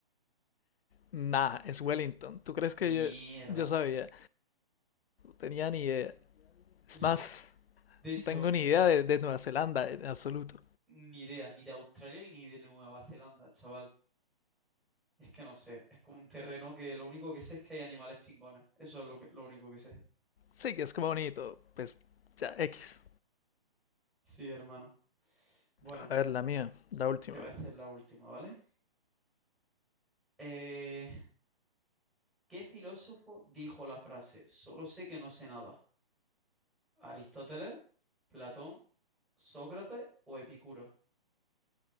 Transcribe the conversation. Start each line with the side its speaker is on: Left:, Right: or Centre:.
Left: Nah, es Wellington. ¿Tú crees
Centre: mierda.
Left: que yo, yo sabía? Tenía ni idea. Es
Centre: <laughs>
Left: más,
Centre: De hecho,
Left: no tengo ni idea de, de Nueva Zelanda en absoluto.
Centre: ni idea, ni de Australia ni de Nueva Zelanda, chaval. Es que no sé, es como un terreno que lo único que sé es que hay animales chingones. Eso es lo que- lo único que sé.
Left: Sí, que es como bonito. Pues ya, X.
Centre: Sí, hermano. Bueno,
Left: A ver, la mía, la última.
Centre: te voy a hacer la última, ¿vale? Eh, ¿qué filósofo dijo la frase, solo sé que no sé nada? ¿Aristóteles, Platón, Sócrates o Epicuro?